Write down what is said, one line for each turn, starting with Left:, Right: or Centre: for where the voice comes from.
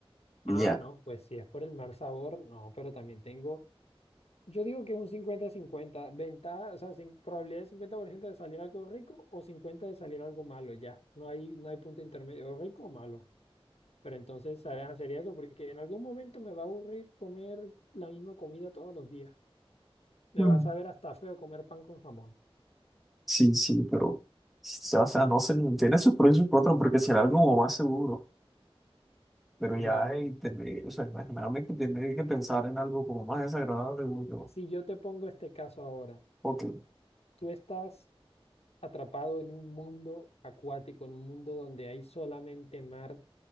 Centre: Y
Left: Ah,
Centre: ya.
Left: no, pues si es por el mal sabor, no, pero también tengo, yo digo que es un cincuenta-cincuenta, ventaja, o sea, sin, probabilidad de 50% de salir algo rico o cincuenta de salir algo malo, ya. No hay, no hay punto intermedio, o rico o malo. Pero entonces ¿sabes? sería eso, porque en algún momento me va a aburrir comer la misma comida todos los días. Me
Centre: Mm.
Left: va a saber hasta feo comer pan con jamón.
Centre: Sí, sí, pero. O sea, no sé, tiene sus pros y sus contras, porque será algo como más seguro. Pero
Left: Bueno,
Centre: ya, y tener, o sea, imagíname que tiene que pensar en algo como más desagradable, uy, yo,
Left: si yo te pongo este caso ahora,
Centre: porque
Left: tú estás atrapado en un mundo acuático, en un mundo donde hay solamente mar,